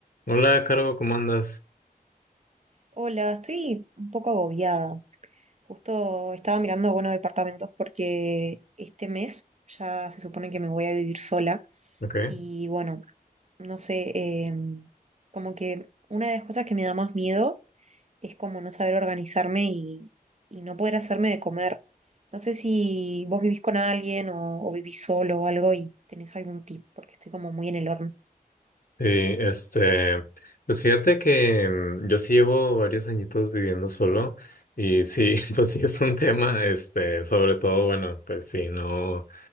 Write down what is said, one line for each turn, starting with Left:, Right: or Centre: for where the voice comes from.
Left: Hola, Caro, ¿cómo andas?
Right: Hola, estoy un poco agobiada. Justo estaba mirando, buenos departamentos porque este mes ya se supone que me voy a vivir sola
Left: Ok.
Right: y bueno, no sé, eh, como que una de las cosas que me da más miedo es como no saber organizarme y, y no poder hacerme de comer. No sé si vos vivís con alguien o, o vivís solo o algo y tenés algún tip porque estoy como muy en el horno.
Left: Sí, este, pues fíjate que mm, yo sí llevo varios añitos viviendo solo y sí, <laughs> pues sí es un tema, este, sobre todo, bueno, pues sí, no,